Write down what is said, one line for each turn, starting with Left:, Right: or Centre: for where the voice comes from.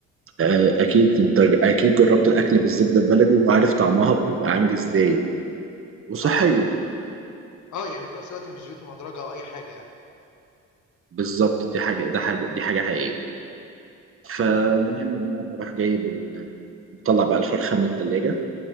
Right: آه، اكيد انت اكيد جربت الاكل بالزبده البلدي وعارف طعمها بيبقى عامل ازاي وصحيه
Left: طبعا طبعا آه، يعني في نفس الوقت مش زيوت مهدرجة أو أي حاجة يعني
Right: بالظبط دي حاجه ده حاجه دي حاجه حقيقيه فالمهم ان انا بروح جايب ال- بطلع بقى الفرخه من التلاجة